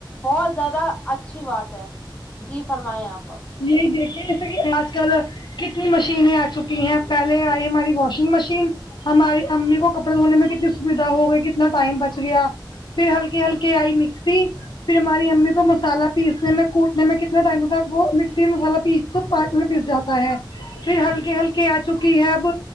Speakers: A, on the left; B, on the left.
A: بہت زیادہ اچھی بات ہے جی فرمائائے آپ اب
B: یہی دیکھیے جیسا کہ آج کل کتنی مشینیں آ چکی ہیں پہلے آئی ہماری واشنگ مشین ہماری امی کو کپڑے دھونے میں کتنی سویدھا ہو گئی کتنا ٹائم بچ گیا پھر ہلکے ہلکے آئی مکسی پھر ہماری امی کو مسالہ پیسنے میں کوٹنے میں ک یہ ٹائم پر وہ مکسی مئی وہ مسالہ پیس تو پانچ منٹ پیس جاتا ہے پھر ہلکے ہلکے آ چکی ہے اب